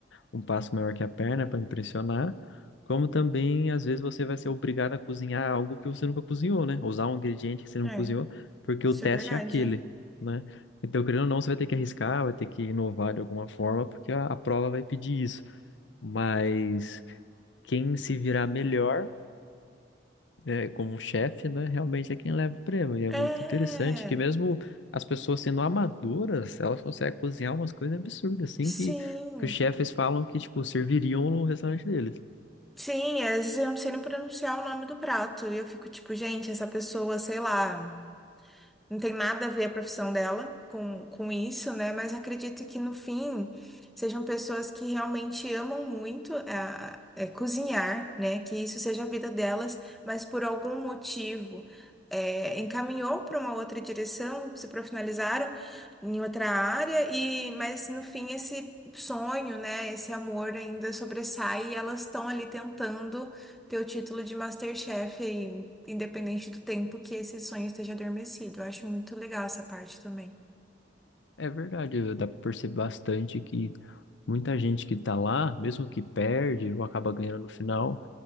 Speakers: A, on the left; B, in the centre.
A: um passo maior que a perna para impressionar, como também às vezes você vai ser obrigado a cozinhar algo que você nunca cozinhou, né? Usar um ingrediente que você não
B: É,
A: cozinhou, porque o
B: isso
A: teste
B: é verdade.
A: é aquele, né? Então, querendo ou não, você vai ter que arriscar, vai ter que inovar de alguma forma, porque a, a prova vai pedir isso. Mas quem se virar melhor né, como chefe, né, realmente é quem leva o prêmio. E é
B: É,
A: muito interessante que mesmo as pessoas sendo amadoras, elas conseguem cozinhar umas coisas absurdas, assim,
B: sim.
A: que, que os chefes falam que, tipo, serviriam no restaurante deles.
B: Sim, às vezes eu não sei nem pronunciar o nome do prato. E eu fico tipo, gente, essa pessoa, sei lá. Não tem nada a ver a profissão dela com, com isso, né? Mas acredito que no fim sejam pessoas que realmente amam muito a, é, cozinhar, né? Que isso seja a vida delas, mas por algum motivo é, encaminhou para uma outra direção, se profissionalizaram em outra área, e mas no fim esse sonho, né? Esse amor ainda sobressai e elas estão ali tentando ter o título de MasterChef aí independente do tempo que esse sonho esteja adormecido. Eu acho muito legal essa parte também.
A: É verdade, dá para perceber bastante que muita gente que tá lá, mesmo que perde ou acaba ganhando no final,